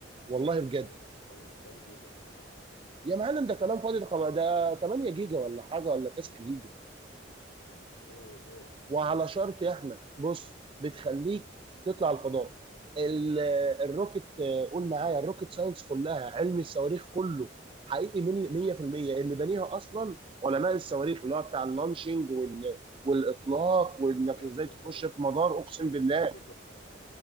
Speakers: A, on the right; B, on the left.
A: والله
B: طب
A: بجد
B: ودي كام كام جيجا دي بقى على كده
A: يا معلم ده كلام فاضي ده ده 8 جيجا ولا حاجه ولا 9 جيجا
B: اوه اوه
A: وعلى شرط يا احمد بص بتخليك تطلع الفضاء ال- الروكت آه، قول معايا الروكت ساينس كلها علم الصواريخ كله حقيقي من
B: اه
A: 100% اللي بنيها اصلا علماء الصواريخ اللي هو بتاع اللانشنج وال والاطلاق وانك
B: بجد
A: ازاي
B: والله
A: تخش
B: ال-
A: في مدار
B: العلم
A: اقسم بالله
B: اللي فيه كله حقيقي